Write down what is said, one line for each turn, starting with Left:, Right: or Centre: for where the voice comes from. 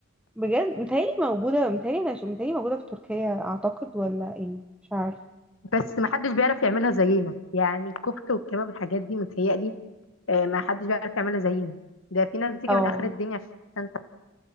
Centre: بجد متهيألي موجودة متهيألي أنا ش- متهيألي موجودة في تركيا أعتقد ولا إيه مش عارف
Left: بس ما حدش بيعرف يعملها زينا يعني الكفته والكباب الحاجات دي متهيألي آه ما حدش بيعرف يعملها زينا ده في ناس بتيجي
Centre: اه
Left: من اخر الدنيا عشان